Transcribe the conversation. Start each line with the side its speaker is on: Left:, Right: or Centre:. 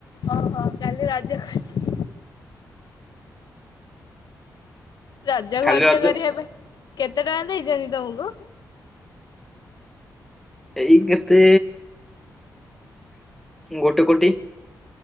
Left: ଓହୋ କାଲି ରଜଖର୍ଚ ରଜ
Centre: ଖାଲି
Left: ଖର୍ଚ୍ଚ
Centre: ରଜ
Left: କରି ହେବେ କେତେ ଟଙ୍କା ଦେଇଛନ୍ତି ତମକୁ?
Centre: ଏଇ କେତେ ଗୋଟେ କୋଟି